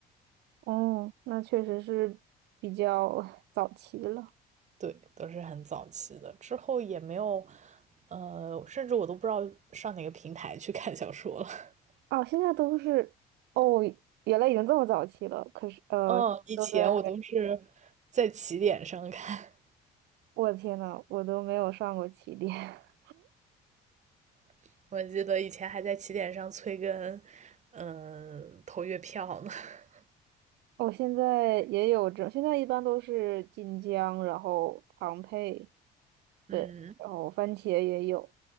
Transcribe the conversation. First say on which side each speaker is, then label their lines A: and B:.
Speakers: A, on the right; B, on the right.
A: 哦，那确实是比较 <laughs> 早期了。
B: 对，都是很早期的。之后也没有，呃，甚至我都不知道上哪个平台去看小说了。<laughs>
A: 哦，现在都是哦，原来已经这么早期了。可是呃，
B: 嗯，以前我都是在起点上看，
A: 都在我的天呐，我都没有上过起点。<laughs>
B: <laughs> 我记得以前还在起点上催更，嗯、呃投月票呢。<laughs>
A: 我现在也有这，现在一般都是晋江，然后庞培。
B: 嗯，
A: 对，然后番茄也有，